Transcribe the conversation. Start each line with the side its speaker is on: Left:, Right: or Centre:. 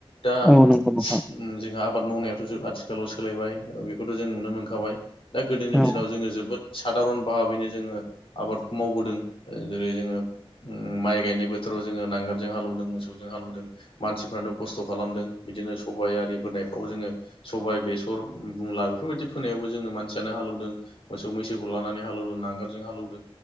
Left: दा
Centre: औ नंगौ नोंथां
Left: ओम जोंहा आबाद मावनायाथ' ज आथिखालाव सोलायबाय बेखौथ' जों नुनो मोनखाबाय। दा गोदोनि
Centre: औ
Left: दिनाव जोङो जोबोद सादारन भाहाबैनो जोङो आबादखौ मावबोदों। जेरै जोङो उम माइ गायनाय बोथोराव जोङो नांगारजों हालेवदों, मोसौ जों हालुदों मानसिफ्रानो खस्थ' खालामदों बिदिनो सबाय आरि फोनायफ्राव जोङो सबाय, बेसर बुंला बेफोरबायदि फोनायावबो जोंनो मानसियानो हालेवदों मोसौ मैसोखौ लानानै हालौदों, नांगालजों हालौदों।